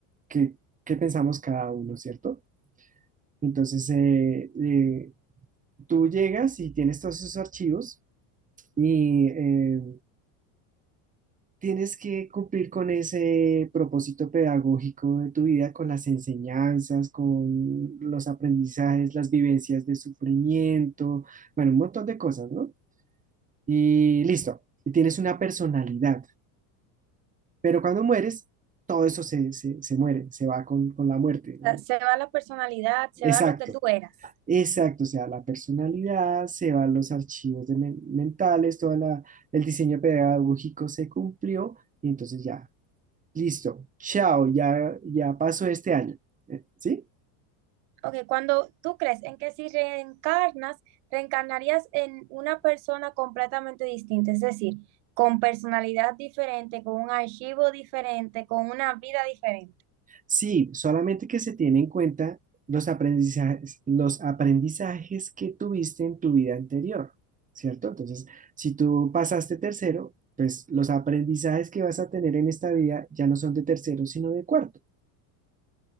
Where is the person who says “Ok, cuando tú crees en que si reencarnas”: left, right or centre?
Right